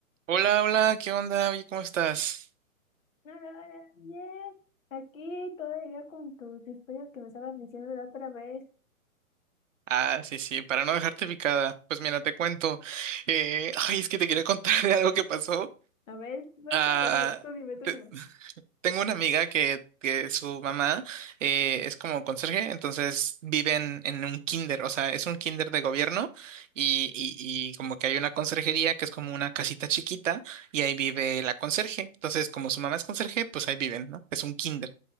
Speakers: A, on the right (about 60°); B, on the left (about 60°).
A: Hola, hola, ¿qué onda? Oye, ¿cómo estás?
B: Hola, hola, bien. Aquí todavía con tus historias que me estabas diciendo la otra vez.
A: Ah, sí, sí, para no dejarte picada. Pues mira, te cuento. Eh, <laughs> ay, es que te quería contar de algo que pasó.
B: A ver, soy
A: Ah,
B: todo oído. Tú dime, tú
A: te-
B: dime.
A: tengo una amiga que, que su mamá eh, es como conserje, entonces viven en un kinder, o sea, es un kinder de gobierno y, y, y como que hay una conserjería que es como una casita chiquita y ahí vive la conserje. Entonces, como su mamá es conserje, pues ahí viven, ¿no? Es un kinder.